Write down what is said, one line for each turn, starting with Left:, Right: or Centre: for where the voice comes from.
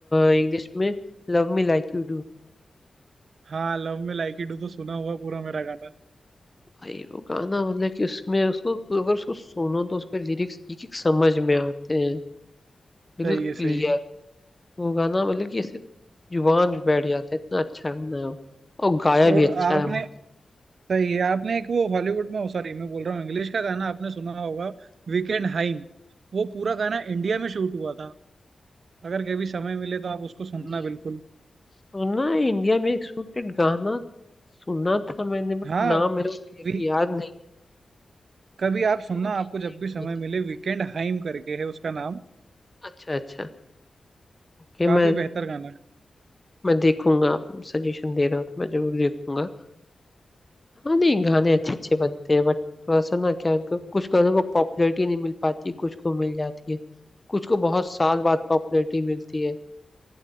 Left: इंग्लिश में लव मी लाइक यू
Right: हाँ love me like you do तो सुना हुआ पूरा मेरा गाना
Left: भाई वो गाना मतलब कि उसमें उसको अगर उसको सुनो तो उसके लिरिक्स एक एक समझ में आते हैं बिल्कुल
Right: सही है
Left: क्लियर
Right: सही है
Left: वो गाना मतलब कि ऐसे जुबान पे बैठ जाता है इतना अच्छा गाना है वो और गाया
Right: और
Left: भी अच्छा
Right: आपने
Left: है वो
Right: सही है आपने एक वो हॉलीवुड में सॉरी मैं बोल रहा हूँ इंग्लिश का गाना आपने सुना होगा वीकेंड हाइम वो पूरा गाना इंडिया में शूट हुआ था अगर कभी समय मिले तो आप उसको सुनना
Left: नहीं,
Right: बिल्कुल
Left: सुना है इंडिया में एक शूटेड गाना सुना था मैंने बट
Right: हाँ
Left: नाम मेरे को क्लियरली
Right: वी,
Left: याद नहीं
Right: कभी आप सुनना
Left: शूट
Right: आपको
Left: इंडिया
Right: जब भी
Left: में
Right: समय
Left: हुआ था
Right: मिले वीकेंड हाइम करके है उसका नाम
Left: अच्छा अच्छा ओके
Right: काफी
Left: मैं
Right: बेहतर गाना है
Left: मैं देखूंगा आप सजेशन दे रहे हो तो मैं जरूर देखूंगा हाँ नहीं गाने अच्छे अच्छे बनते हैं बट थोड़ा सा ना क्या उनको- कुछ गानों को पॉपुलैरिटी नहीं मिल पाती कुछ को मिल जाती है कुछ को बहुत साल बाद पॉपुलैरिटी मिलती है